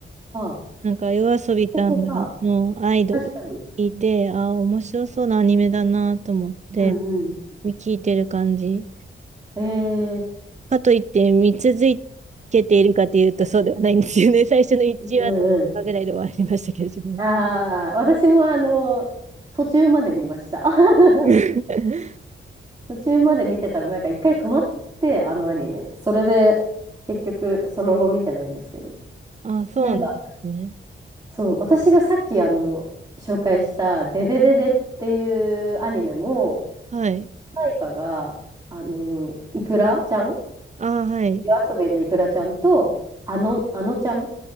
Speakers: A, on the right (about 20°); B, on the right (about 35°).
A: あ、
B: なんか、夜遊びさんが、
A: ここか。
B: のアイドル聞いて、
A: 確かに。
B: ああ、面白そうなアニメだなと思って、
A: うんう
B: 聞いてる感じ。
A: ん。え
B: かといって、見続けているかというと、そうではないんですよね。<laughs> 最初の1話とかぐらいで終わりましたけど、
A: ー、うんうん。
B: 自分は。
A: ああ、私もあの、途中まで見ました。<laughs>
B: <laughs>
A: 途中まで見てたらなんか一回止まって、あのアニメ。それで、結局その後見てないんですけど。
B: ああ、そうなんですね。
A: なんか、そう、私がさっきあの、紹介したデデデデっていうアニメも、
B: はい。
A: 主題歌が、あの、イクラちゃん
B: ああ、はい。
A: 夜遊びのイクラちゃんと、あの、あのちゃん